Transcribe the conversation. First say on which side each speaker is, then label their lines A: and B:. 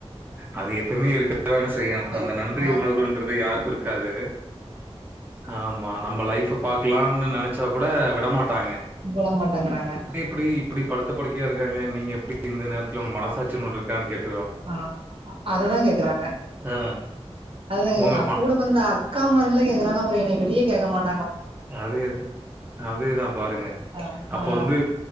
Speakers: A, on the right; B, on the right.
A: அது எப்பயுமே இருக்கதாங்க செய்யு
B: இருக்கு
A: அந்த நன்றி
B: ஆமா
A: உணர்வுன்றது யாருக்கு இருக்காது ஆமா நம்ம லைஃப்ப பாக்கலான்னு நெனச்சா கூட விடமாட்டாங்க
B: விட மாட்டங்கிறாங்க
A: எப்டி இப்டி படுத்த படுக்கையா இருக்காங்க நீங்க எப்டி இந்த நேரத்தில மனசாச்சின்னு ஒன் இருக்கான்னு கேப்
B: ஆ அததா கேக்குறாங்க
A: ஆ
B: அததா
A: உங்க பா
B: கூட பெறந்த அக் காமார்களே கேக்குறாங்க அப்றோ என்னைய வெளிய கேக்க மாட்
A: அதே அதே தா பாருங்க
B: ஆ
A: அப்ப
B: ஆ
A: வந்து